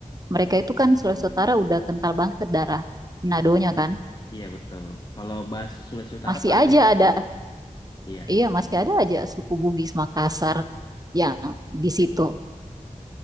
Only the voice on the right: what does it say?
mereka itu kan Sulawesi Utara udah kental banget darah Menadonya kan.
Masih
aja
ada,
iya masih ada aja suku Bugis Makassar yang di situ.